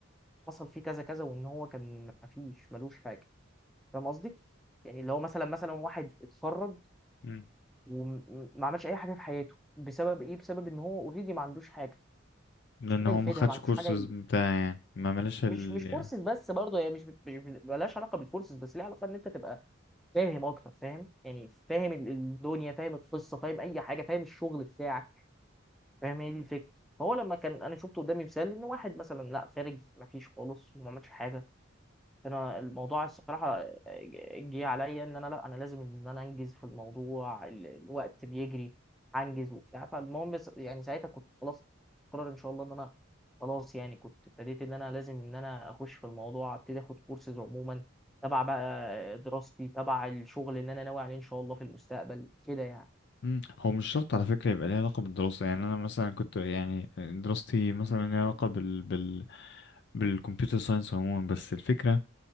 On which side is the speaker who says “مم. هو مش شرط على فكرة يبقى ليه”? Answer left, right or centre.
Left